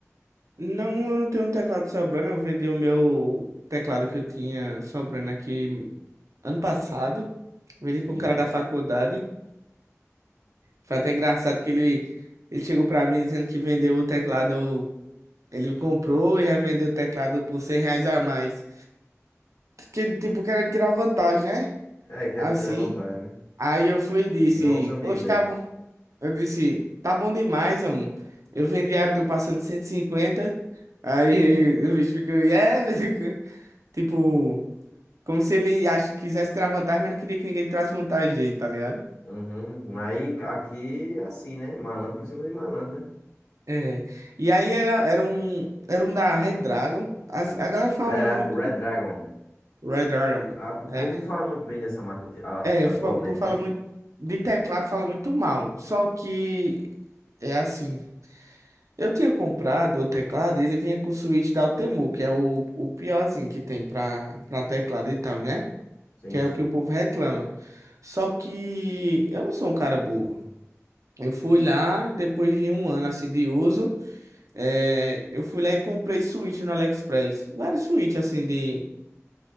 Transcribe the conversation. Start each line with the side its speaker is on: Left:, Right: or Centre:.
Right: Não, eu não tenho um teclado sobrando. Eu vendi o meu teclado que eu tinha sobrando aqui ano passado. Vendi
Left: Sim.
Right: para um cara da faculdade. Foi até engraçado que ele, ele chegou para mim dizendo que vendeu o teclado. Ele comprou e revendeu o teclado por 100 reais a mais. Que, ele, tipo, querendo tirar vantagem, né?
Left: É, querem
Right: Assim.
Left: tirar vantagem, né?
Right: Aí eu fui e disse:
Left: Igual uns amigos
Right: Hoje
Left: meus.
Right: tá bom. Eu disse: Tá bom demais, homem. Eu vendi a tu passando 150. Aí <laughs> o bicho ficou, yeah, <laughs> Tipo, como se ele acha, quisesse tirar vantagem, mas não queria que ninguém tirasse vantagem dele, tá ligado?
Left: Uhum. Aí aqui é assim, né? Malandro por cima de malandro, né?
Right: É. E aí era, era um era um da Red Dragon. As- a galera
Left: Red,
Right: fala
Left: A-
Right: muito
Left: Red Dragon.
Right: Red Dragon.
Left: Ah, o povo
Right: É,
Left: não fala muito bem dessa marca ati- a-
Right: é,
Left: atualmente,
Right: fa- o povo fala
Left: né?
Right: muito de teclado, fala muito mal. Só que é assim. Eu tinha comprado o teclado, e ele vinha com o switch da Altemu, que é o, o piorzinho que tem pra, pra teclado e tal, né?
Left: Sim,
Right: Que é
Left: sim.
Right: o que o povo reclama. Só que eu não sou um cara burro. Eu fui lá, depois de um ano assim de uso, eh, eu fui lá e comprei switch no AliExpress. Vários switch assim de.